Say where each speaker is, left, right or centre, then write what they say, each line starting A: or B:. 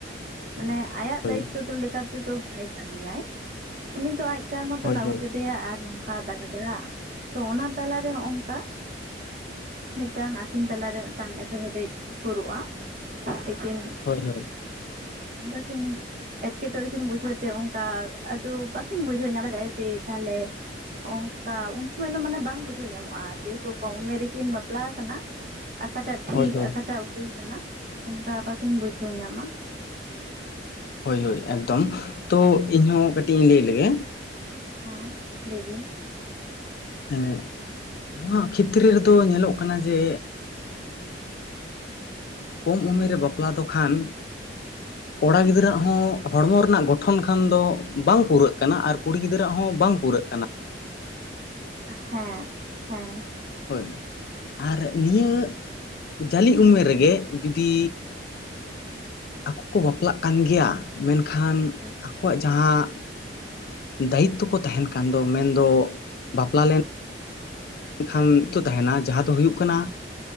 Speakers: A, on the right; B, on the left.
A: ᱢᱟᱱᱮ ᱟᱭᱟᱜ
B: ᱦᱳᱭ
A: ᱫᱟᱭᱤᱛᱛᱚ ᱫᱚ ᱞᱮᱠᱟ ᱛᱮᱫᱚ ᱵᱟᱭ ᱠᱟᱹᱢᱤᱭᱟᱭ, ᱩᱱᱤ ᱫᱚ ᱟᱡ ᱠᱟᱨ ᱢᱚᱛᱚᱱ
B: ᱦᱳᱭ
A: ᱟᱹᱜᱩ
B: ᱦᱳᱭ
A: ᱠᱮᱫᱮᱭᱟ ᱟᱨ ᱱᱚᱝᱠᱟ ᱫᱟᱬᱟ ᱫᱟᱬᱟ, ᱛᱚ ᱚᱱᱟ ᱛᱟᱞᱟᱨᱮ ᱦᱚᱸᱜᱼᱚᱝᱠᱟ, ᱢᱤᱫᱴᱟᱝ ᱟᱹᱠᱤᱱ ᱛᱟᱞᱟ ᱨᱮ ᱢᱤᱫᱴᱟᱝ ᱮᱯᱮᱨᱦᱮᱰᱮᱡ ᱥᱩᱨᱩᱜᱼᱟ ᱛᱤᱠᱤᱱ
B: ᱦᱳᱭ ᱦᱳᱭ᱾
A: ᱟᱫᱚ ᱠᱤᱱ ᱮᱴᱠᱮᱴᱚᱬᱮ ᱠᱤᱱ ᱵᱩᱡᱷᱟᱹᱣ ᱛᱮ ᱚᱱᱠᱟ ᱟᱫᱚ ᱵᱟᱠᱤᱱ ᱵᱩᱡᱷᱟᱹᱣ ᱧᱟᱢ ᱫᱟᱲᱮᱜᱼᱟ ᱡᱮ ᱛᱟᱦᱚᱞᱮ ᱚᱝ ᱠᱟ ᱩᱱ ᱥᱚᱢᱚᱭ ᱫᱚ ᱢᱟᱱᱮ ᱵᱟᱝ ᱵᱩᱡᱷᱟᱹᱣ ᱧᱟᱢᱚᱜᱼᱟ ᱡᱮᱦᱮᱛᱩ ᱠᱚᱢ ᱩᱢᱮᱨ ᱨᱮᱠᱤᱱ ᱵᱟᱯᱞᱟ ᱠᱟᱱᱟ, ᱟᱠᱟᱴᱟᱜ ᱴᱷᱤᱠ
B: ᱦᱳᱭ ᱦᱳᱭ
A: ᱟᱠᱟᱴᱟᱜ ᱵᱷᱩᱞ ᱠᱟᱱᱟ ᱚᱱᱠᱟ ᱵᱟᱠᱤᱱ ᱵᱩᱡᱷᱟᱣ ᱧᱟᱢᱼᱟ᱾
B: ᱦᱳᱭ ᱦᱳᱭ ᱮᱠᱫᱚᱢ, ᱛᱚ ᱤᱧ ᱦᱚᱸ ᱠᱟᱹᱴᱤᱡ ᱤᱧ ᱞᱟᱹᱭ ᱞᱮᱜᱮ᱾
A: ᱦᱮᱸ ᱞᱮᱭ ᱵᱤᱱ᱾
B: ᱦᱮᱸ ᱱᱚᱭᱟᱜ ᱠᱷᱮᱛᱨᱮ ᱨᱮᱫᱚ ᱧᱮᱞᱚᱜ ᱠᱟᱱᱟ ᱡᱮ ᱠᱚᱢ ᱩᱢᱮᱨ ᱨᱮ ᱵᱟᱯᱞᱟ ᱫᱚ ᱠᱷᱟᱱ ᱠᱚᱲᱟ ᱜᱤᱫᱽᱨᱟᱹᱣᱟᱜ ᱦᱚᱸ ᱦᱚᱲᱢᱚ ᱨᱮᱱᱟᱜ ᱜᱚᱴᱷᱚᱱ ᱠᱷᱟᱱ ᱫᱚ ᱵᱟᱝ ᱯᱩᱨᱟᱹᱜ ᱠᱟᱱᱟ, ᱟᱨ ᱠᱩᱲᱤ ᱜᱤᱫᱽᱨᱟᱹᱣᱟᱜ ᱦᱚᱸ ᱵᱟᱝ ᱯᱩᱨᱟᱹᱜ ᱠᱟᱱᱟ ᱾
A: ᱦᱮᱸ ᱦᱮᱸ᱾
B: ᱦᱳᱣ ᱟᱨ ᱱᱤᱭᱟᱹᱻ ᱡᱟᱹᱞᱤ ᱩᱢᱮᱨ ᱨᱮᱜᱮ ᱡᱩᱫᱤ ᱟᱠᱚ ᱠᱚ ᱵᱟᱯᱞᱟᱜ ᱠᱟᱱ ᱜᱮᱭᱟ, ᱢᱮᱱᱠᱷᱟᱱ
A: ᱦᱮᱸ
B: ᱟᱠᱚᱣᱟᱜ ᱡᱟᱦᱟᱸ ᱫᱟᱭᱤᱛᱛᱚ ᱠᱚ ᱛᱟᱦᱮᱸᱱ ᱠᱟᱱ ᱫᱚ, ᱢᱮᱱᱫᱚ ᱵᱟᱯᱞᱟ ᱞᱮᱱ ᱢᱮᱱᱠᱷᱟᱱ ᱛᱚ ᱛᱟᱦᱮᱸᱱᱟ ᱡᱟᱦᱟᱸ ᱫᱚ ᱦᱩᱭᱩᱜ ᱠᱟᱱᱟ,